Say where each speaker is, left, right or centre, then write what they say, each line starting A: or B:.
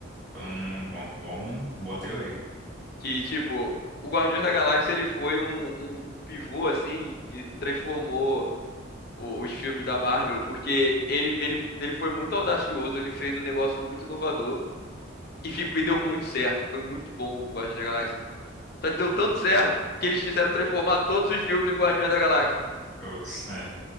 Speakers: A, in the centre; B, on the left.
A: Então, bom, bom, boa teoria.
B: Que, tipo, o Guardiões da Galáxia ele foi um, um- um pivô, assim, que transformou o- os filmes da Marvel, porque ele, ele, ele foi muito audacioso, ele fez um negócio muito inovador e, ficou, e deu muito certo. Foi muito bom o Guardiões da Galáxia. Só que deu tanto certo que eles quiseram transformar todos os filmes em Guardiões da Galáxia.
A: Todos, é.